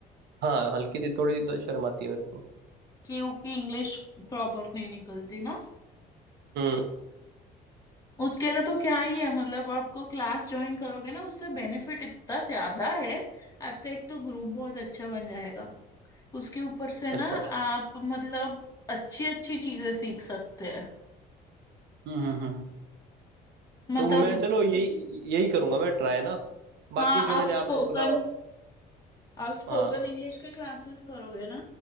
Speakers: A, on the right; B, on the left.
A: हाँ हल्की सी थोड़ी द- शर्म आती है मेरे को
B: क्योंकि इंग्लिश प्रॉपर नहीं निकलती ना
A: हम्म
B: उसके लिए तो क्या ही है मतलब आपको क्लास ज्वाइन करोगे ना उससे बेनिफिट इतना ज्यादा है आपका एक तो ग्रुप बहुत अच्छा बन जाएगा उसके ऊपर से ना
A: अच्छा
B: आप मतलब अच्छी अच्छी चीजें सीख सकते हैं
A: हम्म हम्म हम्म
B: मतलब
A: तो मैं चलो यही यही करूंगा मैं ट्राई ना
B: हाँ
A: बाकी जो
B: आप
A: मैंने
B: स्पोकन
A: आपको बोला
B: आप स्पोकन
A: हाँ
B: इंग्लिश के क्लासेस करोगे ना